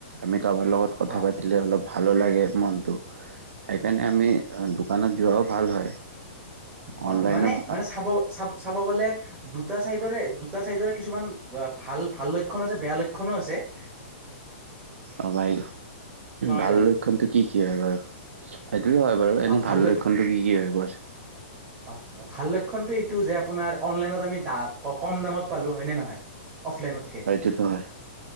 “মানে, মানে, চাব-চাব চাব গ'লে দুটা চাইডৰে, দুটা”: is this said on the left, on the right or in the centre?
Right